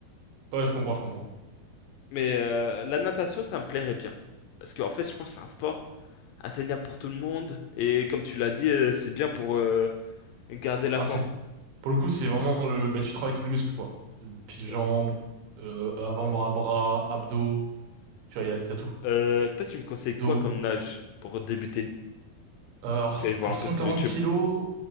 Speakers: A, on the right; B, on the left.
A: Ouais, je comprends, je comprends.
B: Mais euh, la natation, ça me plairait bien. Parce qu'en fait, je pense que c'est un sport atteignable pour tout le monde. Et comme tu l'as dit, euh, c'est bien pour euh, garder la
A: Ah,
B: forme.
A: c'est Pour le coup, c'est vraiment le, bah, tu travailles tous les muscles, quoi. Euh, Puis
B: Euh,
A: jambes, euh, avant-bras, bras, abdos, tu vois, il y a, il y a tout.
B: euh, toi, tu me conseilles
A: Dos.
B: quoi comme nage pour débuter?
A: Alors,
B: Je vais aller voir
A: pour
B: un peu
A: 140
B: sur YouTube.
A: kilos,